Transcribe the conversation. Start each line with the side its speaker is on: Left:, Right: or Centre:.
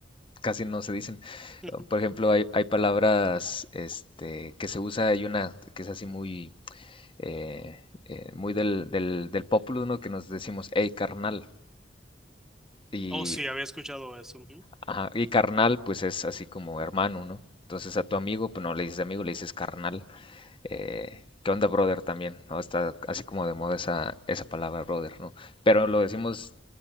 Left: casi no se dicen.
Centre: <laughs> Ujú.
Left: Por ejemplo, hay, hay palabras este, que se usa, hay una que es así muy, eh, eh, muy del, del, del pópulo, ¿no? Que nos decimos, hey carnal, y,
Centre: Oh, sí, había escuchado eso. ujú.
Left: ajá, y carnal pues es así como hermano, ¿no? Entonces a tu amigo, pues no le dices amigo, le dices carnal. Eh, ¿Qué onda, brother? También, ¿no? Está así como de moda esa, esa palabra, brother, ¿no? Pero lo decimos